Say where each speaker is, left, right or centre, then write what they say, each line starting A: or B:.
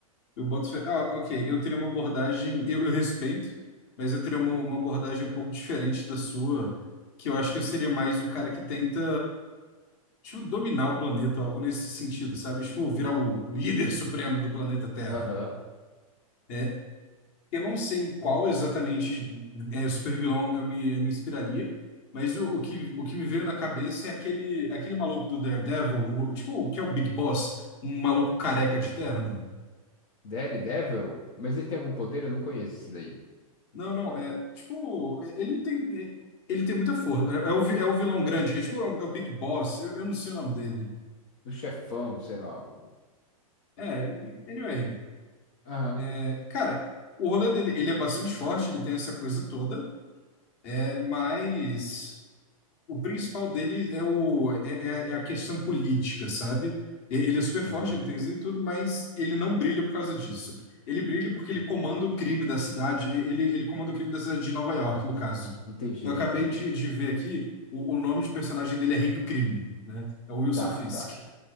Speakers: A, on the left; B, on the left.
A: Eu boto, fé- ah, ok, eu teria uma abordagem, eu, eu respeito, mas eu teria uma, uma abordagem um pouco diferente da sua, que eu acho que eu seria mais o cara que tenta. tipo, dominar o planeta, algo nesse sentido, sabe? Tipo, virar o líder <laughs> supremo do planeta Terra.
B: Aham.
A: É, eu não sei em qual exatamente é, supervilão eu me, eu me inspiraria, mas o, o que, o que me veio na cabeça é aquele, aquele maluco do Daredevil, o- tipo, o que é o Big Boss, um maluco careca de terno.
B: Daredevil? Mas ele tem algum poder? Eu não conheço esse daí.
A: Não, não, é, tipo, ele não tem, é, ele tem muita força. É, é o, vi- é o vilão grande, que é, tipo, é o, é o Big Boss, eu, eu não sei o nome dele.
B: O chefão, sei lá. o-
A: É, anyway,
B: Aham,
A: É, cara, o rolê dele, ele é bastante forte, ele tem essa coisa toda, é, mas o principal dele é, o, é, é- é a questão política, sabe? E- Ele é super forte,
B: aham.
A: ele tem isso e tudo, mas ele não brilha por causa disso. Ele brilha porque ele
B: uhum.
A: comanda o crime da cidade, e- ele, ele comanda o crime da cidade de Nova York, no caso.
B: Entendi,
A: Eu acabei
B: entendi.
A: de, de ver aqui, o, o nome de personagem dele é Rei do Crime, né? É o Wilson
B: Tá,
A: Fisk.
B: tá.